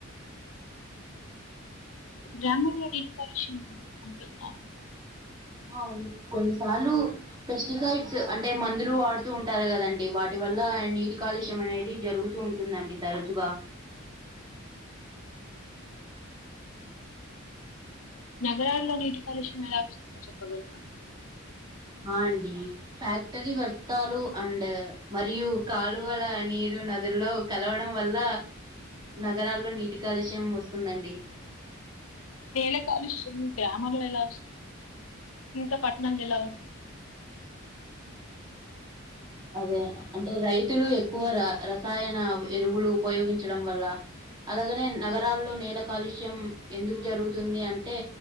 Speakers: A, on the left (about 80°); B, on the right (about 20°).
A: గ్రామం లోడి నీటి
B: ఆను కొన్నిసార్లు పెస్టిసైడ్స్ అంటే మందులు వాడుతూ ఉంటారు కదండి వాటి వల్ల నీటి కాలుష్యం అనేది జరుగుతూ ఉంటుందండి తరచుగా
A: నగరాల్లో నీటి కలుష్యం ఎలా వస్తుందో చెప్పగలరా
B: ఆ అండి ఫ్యాక్టరీ వర్తాలు అండ్ మరియు కాలువల నీరు నదులో కలవడం వల్ల నగరాల్లో నీటి కాలుష్యం వస్తుందండి
A: నేల కాలుష్యం ఉతాయి <unintelligible> ఇకా పాట్ణ గలా వ
B: అదే అంటే రైతులు ఎక్కువ ర రసాయన ఎరువులు ఉపయోగించడం వల్ళ అలాగనే నగరాల్లో నేల కాలుష్యం ఎందుకు జరుగుతుంది అంటే